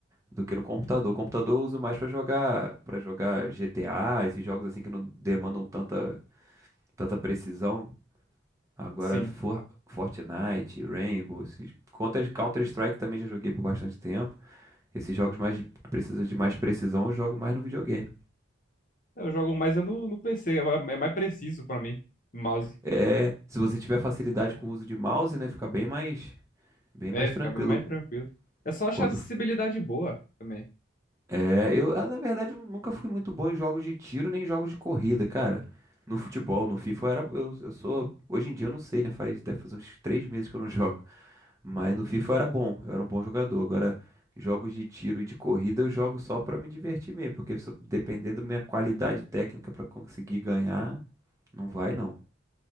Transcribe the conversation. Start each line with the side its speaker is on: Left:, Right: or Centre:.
Right: do que no computador. O computador eu uso mais pra jogar, para jogar GTA, esses jogos assim que não demandam tanta, tanta precisão. Agora,
Left: Sim.
Right: For- Fortnite, Rainbow, esses... Counter, Counter-Strike também já joguei por bastante tempo. Esses jogos mais de, que precisam de mais precisão, eu jogo mais no videogame.
Left: Eu jogo mais é no, no PC, é ma- é mais preciso pra mim, o mouse.
Right: É, se você tiver facilidade com o uso de mouse, né, fica bem mais, bem mais
Left: É, fica
Right: tranquilo
Left: bem mais tranquilo. É só achar
Right: quando
Left: acessibilidade boa também.
Right: é, eu, ah, na verdade, eu nunca fui muito bom em jogos de tiro nem em jogos de corrida, cara. No futebol, no FIFA, eu era, eu, eu sou, hoje em dia eu não sei, né, faz, deve fazer uns três meses que eu não <laughs> jogo. Mas no FIFA eu era bom, eu era um bom jogador. Agora, jogos de tiro e de corrida eu jogo só pra me divertir mesmo, porque se eu- dependendo da minha qualidade técnica pra conseguir ganhar, não vai não.